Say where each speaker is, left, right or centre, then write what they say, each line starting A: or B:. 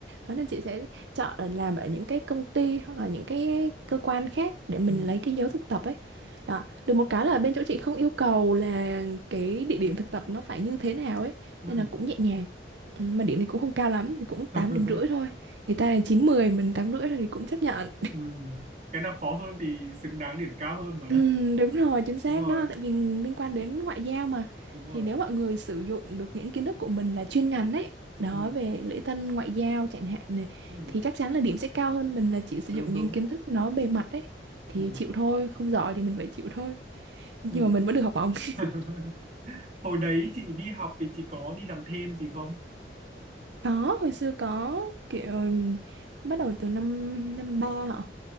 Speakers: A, on the right; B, on the right.
A: đó nên chị sẽ chọn ở làm ở những cái công ty hoặc là những cái cơ quan khác để mình
B: Ừ.
A: lấy cái dấu thực tập ấy đó được một cái là bên chỗ chị không yêu cầu là cái địa điểm thực tập nó phải như thế nào ấy
B: Ừ.
A: nên là cũng nhẹ nhàng Ừ, mà điểm thì cũng không cao lắm thì cũng 8
B: <laughs>
A: điểm rưỡi thôi người ta là 9 mười mình 8 rưỡi thôi thì cũng chấp nhận
B: ừ. Cái nào khó hơn thì xứng đáng điểm cao hơn mà.
A: Ừm, đúng rồi, chính xác
B: Đúng rồi,
A: đó, tại vì liên quan đến ngoại giao mà.
B: đúng rồi.
A: Thì nếu mọi người sử dụng được những kiến thức của mình là chuyên ngành ấy, đó
B: Ừ.
A: về lễ tân ngoại giao chẳng hạn này,
B: Ừ.
A: thì chắc chắn là điểm sẽ cao hơn mình là chỉ sử
B: Đúng
A: dụng
B: đúng.
A: những kiến thức nó bề mặt ấy. Thì
B: Ừ.
A: chịu thôi, không giỏi thì mình phải chịu thôi. Nhưng
B: Ừ.
A: mà mình vẫn được học bổng.
B: <laughs>
A: <laughs>
B: Hồi đấy chị đi học thì chị có đi làm thêm gì không?
A: Có, hồi xưa có kiểu ừm, bắt đầu từ năm năm ba hả?